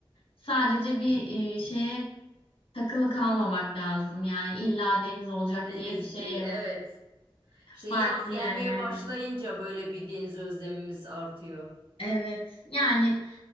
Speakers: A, on the left; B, on the right.
A: Sadece bir e, şeye takılı kalmamak lazım. Yani illa deniz olacak
B: Deniz
A: diye bir şey
B: diye.
A: yok.
B: Evet. İşte
A: Farklı
B: yaz gelmeye
A: yerlerden.
B: başlayınca böyle bir deniz özlemimiz artıyor.
A: Evet. Yani